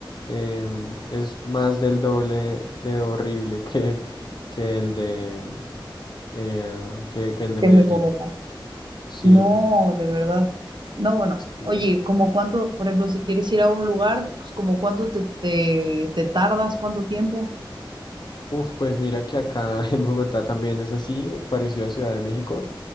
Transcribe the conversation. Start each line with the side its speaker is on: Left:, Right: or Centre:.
Left: em, es más del doble de horrible que, que el de, em, eh, que, que el de
Right: es
Left: Medellín.
Right: de Bogotá.
Left: Sí,
Right: No, de verdad. No, bueno,
Left: sí.
Right: oye, como cuánto, por ejemplo, si quieres ir a un lugar, pues como cuánto te, te, te tardas, cuánto tiempo.
Left: Uf, pues mira que acá <laughs> en Bogotá también es así, parecido a Ciudad de México.